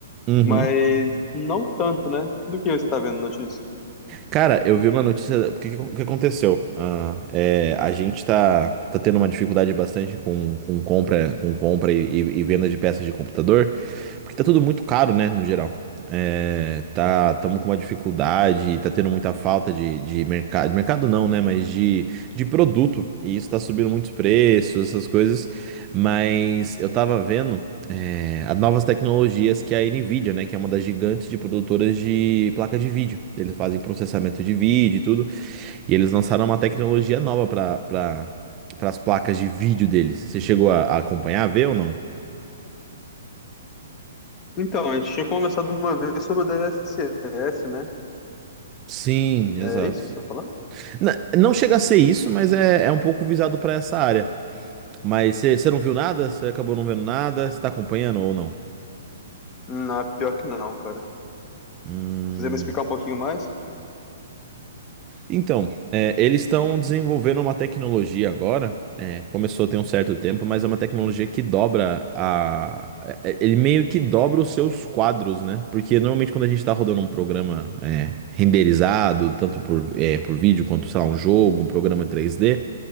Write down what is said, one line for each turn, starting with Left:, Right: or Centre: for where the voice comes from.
Right: Uhum.
Left: mas não tanto, né? Do que você tá vendo notícia?
Right: Cara, eu vi uma notícia. O que, que aconteceu? Ah, é, a gente tá, tá tendo uma dificuldade bastante com, com compra, com compra e, e- e venda de peças de computador, porque tá tudo muito caro, né, no geral. É, tá, estamos com uma dificuldade, tá tendo muita falta de, de mercado. de Mercado não, né? Mas de, de produto. E isso tá subindo muitos preços, essas coisas. Mas eu tava vendo é, as novas tecnologias que a Nvidia, né, que é uma das gigantes de produtoras de placa de vídeo. Eles fazem processamento de vídeo e tudo, e eles lançaram uma tecnologia nova para para as placas de vídeo deles. Você chegou a, a acompanhar, a ver ou não?
Left: Então, a gente tinha conversado uma vez sobre o DLSS, né?
Right: Sim, exato.
Left: É isso que você tá falando?
Right: Na- não chega a ser isso, mas é, é um pouco visado para essa área. Mas você você não viu nada? Você acabou não vendo nada? Você tá acompanhando ou
Left: Não, pior que não, cara.
Right: não?
Left: Se quiser me explicar um pouquinho mais?
Right: Então, é, eles estão desenvolvendo uma tecnologia agora. é, começou tem um certo tempo, mas é uma tecnologia que dobra a. é, é, Ele meio que dobra os seus quadros, né? Porque normalmente quando a gente está rodando um programa é, renderizado, tanto por, é, por vídeo quanto, sei lá, um jogo, um programa 3D,